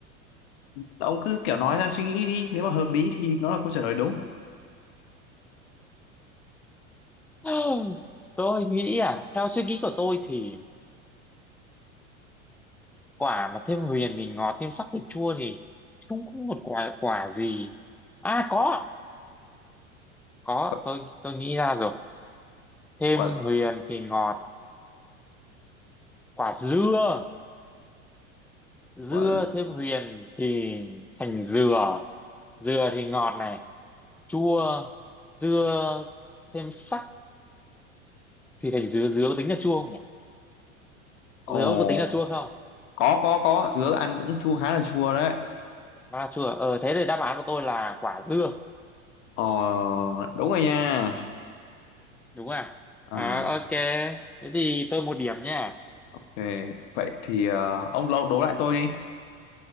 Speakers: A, on the left (about 65°); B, in the centre.
A: ông cứ kiểu nói ra suy nghĩ đi nếu mà hợp lý thì nó là câu trả lời đúng
B: ông <laughs> tôi nghĩ à theo suy nghĩ của tôi thì quả mà thêm huyền thì ngọt thêm sắc thì chua thì không có một quả quả gì à có có
A: quả
B: tôi tôi nghĩ ra rồi thêm
A: quả
B: huyền thì ngọt quả dưa dưa
A: quả.
B: thêm huyền thì thành dừa dừa thì ngọt này chua dưa thêm sắc thì thành dứa dứa có tính là chua không nhỉ
A: ồ
B: dứa có tính là chua không
A: có có có dứa ăn cũng chua khá là chua đấy
B: à, chua ờ thế thì đáp án của tôi là quả dưa
A: ờ đúng rồi nha
B: đúng không ạ?
A: Ờ,
B: à ok thế thì tôi một điểm nha
A: ok vậy thì ờ, ông lâu đố lại tôi đi